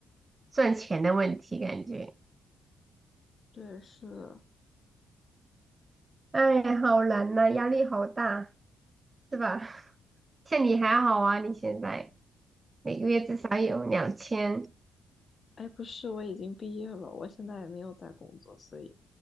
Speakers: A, on the right (about 25°); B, on the left (about 40°).
A: 赚钱的问题，感觉。
B: 对，是，
A: 哎，好难呐、压力好大，是吧？<laughs> 像你还好啊，你现在每个月至少有两千。
B: 哎，不是，我已经毕业了，我现在也没有在工作，所以